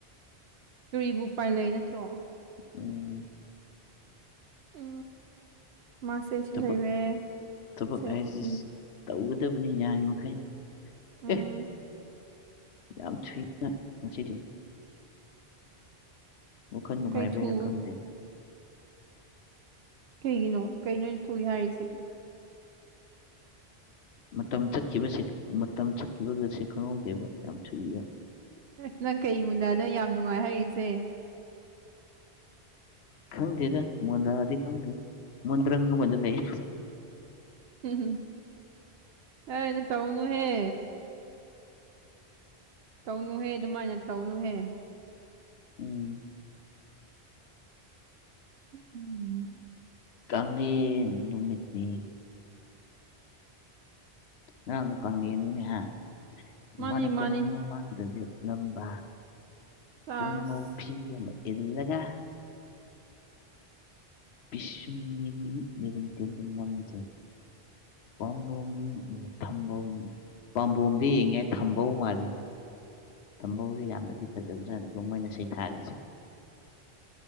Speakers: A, on the right (about 70°); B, on the left (about 75°).
A: ꯇꯨꯔꯤꯕꯨ ꯄꯥꯏ ꯂꯩꯛ ꯅꯠꯇ꯭ꯔꯣ
B: ꯎꯝ
A: ꯎ ꯃꯥꯁ ꯁꯤ
B: ꯊꯕꯛ
A: ꯂꯩꯥꯏꯔꯦ
B: ꯊꯕꯛ
A: ꯁꯦꯜꯐꯤ
B: ꯍꯥꯏꯁꯤ ꯇꯧꯒꯗꯕꯅꯤ ꯌꯥꯔꯤꯕꯃꯩ
A: ꯎꯝ
B: ꯑꯦ ꯌꯥꯝ ꯊꯨꯏ ꯉꯁꯤꯗꯤ ꯋꯥꯈꯜ ꯅꯨꯡꯉꯥꯏꯕꯩꯔꯥ
A: ꯀꯩ ꯊꯨ
B: ꯈꯪꯗꯦ
A: ꯀꯩꯒꯤꯅꯣ ꯀꯩꯅꯣ ꯊꯣꯛꯏ ꯍꯥꯏꯔꯤꯁꯤꯗꯤ
B: ꯃꯇꯝ ꯆꯠꯈꯤꯕꯁꯤ ꯃꯇꯝ ꯆꯠꯈꯤꯕꯒꯁ ꯈꯪꯍꯧꯗꯦꯕ ꯌꯥꯝ ꯊꯨꯏꯕ
A: ꯑꯁ ꯅꯪ ꯀꯩꯒꯨꯝꯟꯅꯅꯣ ꯌꯥꯝ ꯅꯨꯡꯉꯥꯏ ꯍꯥꯏꯔꯤꯁꯦ
B: ꯈꯪꯗꯦꯗ ꯃꯨꯗ꯭ꯔꯥꯗꯤ ꯈꯪꯗꯦ ꯃꯨꯟꯗ꯭ꯔꯪ ꯑꯃꯗ ꯂꯩ
A: ꯎꯝꯝ ꯑꯩꯅ ꯇꯧꯅꯨꯍꯦ ꯇꯧꯅꯨꯍꯦ ꯑꯗꯨꯃꯥꯏꯅ ꯇꯧꯅꯨꯍꯦ
B: ꯎꯝ
A: ꯎꯝ
B: ꯀꯥꯡ ꯂꯦꯟ ꯅꯨꯃꯤꯠꯅꯤ ꯉꯔꯥꯡꯅ ꯀꯪꯂꯦꯟꯅꯤꯅꯦ ꯍ
A: ꯃꯥꯅꯤ
B: ꯃꯅꯥ ꯀꯨꯅꯨꯡ
A: ꯃꯥꯅꯤ
B: ꯃꯃꯥꯡꯗ ꯂꯦꯞꯂꯝꯕ ꯅꯝꯕ
A: ꯆꯥꯁ
B: ꯄꯨꯡꯉꯧ ꯐꯤ ꯑꯃ ꯏꯜꯂꯒ ꯢꯁ ꯃꯤꯅꯤ ꯃꯦꯔꯝ ꯀꯦꯟꯗ꯭ꯔ ꯃꯝ ꯇꯦ ꯄꯥꯝꯕꯣꯝ ꯑꯗꯨꯒ ꯊꯝꯕꯧ ꯄꯥꯝꯕꯣꯝꯗꯤ ꯌꯦꯡꯉꯦ ꯊꯝꯕꯧ ꯃꯥꯜꯂꯤ ꯇꯝꯕꯧꯁꯦ ꯌꯥꯝꯅꯗꯤ ꯐꯖꯕꯖꯥꯅꯤꯀꯣ ꯃꯣꯏꯅ ꯁꯩꯊꯥꯔꯤꯁꯦ